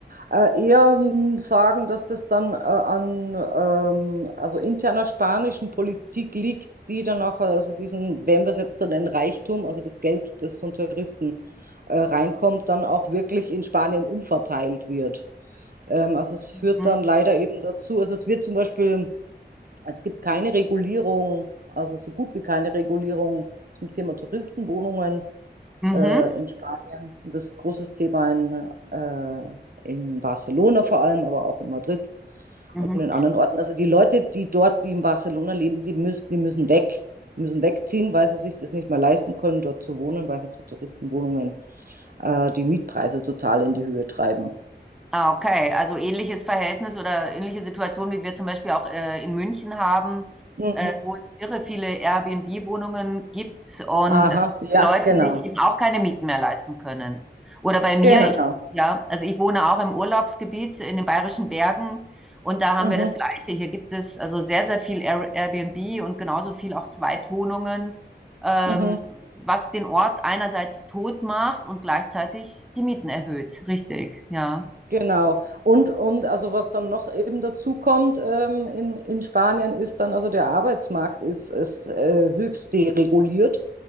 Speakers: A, on the right; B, in the centre.
A: äh, eher hm, sagen, dass das dann äh, an ähm, also interner spanischen Politik liegt, die dann auch, äh, also diesen, wenn wir es jetzt so nennen, Reichtum, also das Geld, das von Touristen äh, reinkommt, dann auch wirklich in Spanien umverteilt wird. Ähm, also es führt
B: Mhm.
A: dann leider eben dazu, also es wird zum Beispiel es gibt keine Regulierung, also so gut wie keine Regulierung zum Thema Touristenwohnungen
B: Mhm.
A: äh, in Spanien. Das ist ein großes Thema in, äh, in Barcelona vor allem, aber auch in Madrid
B: Mhm.
A: und in anderen Orten. Also die Leute, die dort, die in Barcelona leben, die müssen, die müssen weg, müssen wegziehen, weil sie sich das nicht mehr leisten können, dort zu wohnen, weil halt so Touristenwohnungen äh, die Mietpreise total in die Höhe treiben.
B: Ah, okay. Also ähnliches Verhältnis oder ähnliche Situation, wie wir zum Beispiel auch äh, in München haben,
A: Mhm.
B: äh, wo es irre viele Airbnb-Wohnungen gibt und
A: Aha, ja,
B: die Leute
A: genau,
B: sich eben auch keine Mieten mehr leisten können. Oder bei mir,
A: genau.
B: ich, ja, also ich wohne auch im Urlaubsgebiet in den Bayerischen Bergen und da haben
A: Mhm.
B: wir das Gleiche. Hier gibt es also sehr, sehr viel Air Airbnb und genauso viel auch Zweitwohnungen, ähm,
A: Mhm.
B: was den Ort einerseits tot macht und gleichzeitig die Mieten erhöht. Richtig, ja.
A: Genau. Und, und also was dann noch eben dazu kommt ähm, in, in Spanien ist dann, also der Arbeitsmarkt ist, ist äh, höchst dereguliert.